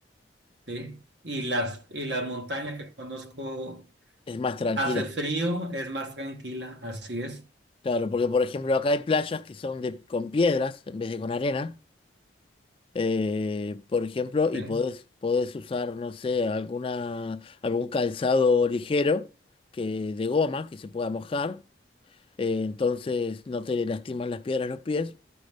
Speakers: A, on the right; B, on the left.
A: ¿sí? Y las, y las montañas que conozco
B: Es más tranquila.
A: hace frío, es más tranquila, así es,
B: Claro, porque por ejemplo acá hay playas que son de, con piedras en vez de con arena. eh, por ejemplo,
A: ¿sí?
B: y podés, podés usar, no sé, alguna, algún calzado ligero que, de goma que se pueda mojar. eh, entonces no te lastiman las piedras los pies.